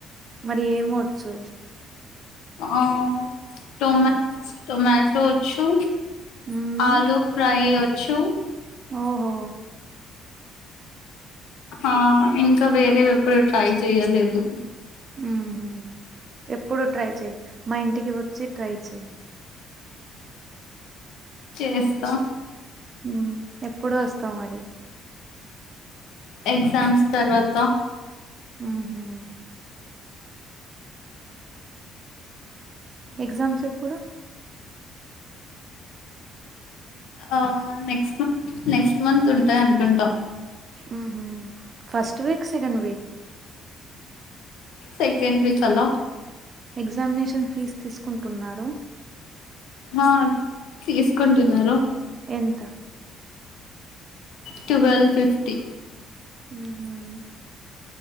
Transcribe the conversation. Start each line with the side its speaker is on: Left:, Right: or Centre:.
Right: మరి ఏమొచ్చు
Left: ఆ టొమా టొమాటోచ్చు
Right: మ్మ్
Left: ఆలూ ఫ్రై ఓచ్చు
Right: ఓహో
Left: ఆ ఇంక వేరే ఎప్పుడు ట్రై చెయలేదు
Right: ఉహు ఎప్పుడు ట్రై చెయ మా ఇంటికి వచ్చి ట్రై చెయి
Left: చేస్త
Right: మ్మ్ ఎప్పుడు వస్తవ్ మరి
Left: ఎగ్జామ్స్ తర్వాత
Right: ఉహ్మ్ ఎగ్జామ్స్ ఎప్పుడు
Left: ఆ నెక్స్ట్ మంత్ నెక్స్ట్ మంత్ ఉంటాయి అనుకుంట
Right: ఉహ్మ్ first week second week
Left: second week అల
Right: ఎగ్జామినేషన్ ఫీజు తీసుకుంటున్నారు
Left: హ తీసుకుంటున్నారు
Right: ఎంత
Left: టువెల్ ఫిఫ్టీ
Right: ఉహ్మ్